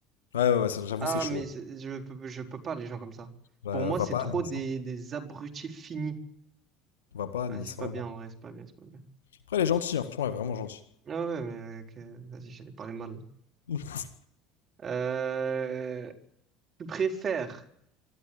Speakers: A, on the left; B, on the right.
A: Ouais, ouais, ouais, ça, j'avoue,
B: Ah,
A: c'est chaud.
B: mais c'est- je peux, je peux pas, les gens comme ça.
A: Bah,
B: Pour moi,
A: va
B: c'est
A: pas
B: trop
A: à Nice,
B: des,
A: hein.
B: des abrutis finis.
A: Va pas à
B: Vas-y,
A: Nice,
B: c'est pas
A: vraiment.
B: bien, en vrai, c'est pas bien, c'est pas bien.
A: Après, elle est gentille, hein, Franchement, elle est vraiment gentille.
B: Ah ouais, mais euh, que- vas-y, j'allais parler mal. là.
A: <laughs>
B: Euh, tu préfères